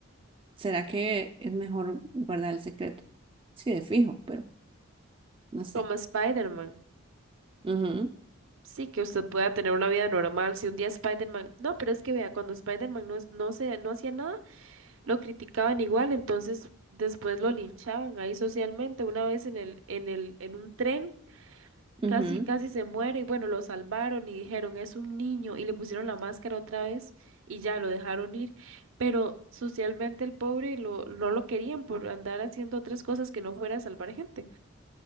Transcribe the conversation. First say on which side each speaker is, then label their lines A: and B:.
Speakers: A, on the right; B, on the right.
A: ¿será que es mejor guardar el secreto? Sí, de fijo, pero no sé.
B: como Spider-Man,
A: Ujú,
B: sí, que usted pueda tener una vida normal, si un día Spider-Man, no, pero es que vea, cuando Spider-Man no, es- no se, no hacía nada, Lo criticaban igual, entonces después lo linchaban ahí socialmente. Una vez en el, en el, en un tren,
A: ujú,
B: casi, casi se muere, y bueno, lo salvaron y dijeron, es un niño, y le pusieron la máscara otra vez, y ya lo dejaron ir. Pero socialmente el pobre lo, no lo querían por andar haciendo otras cosas que no fuera a salvar gente,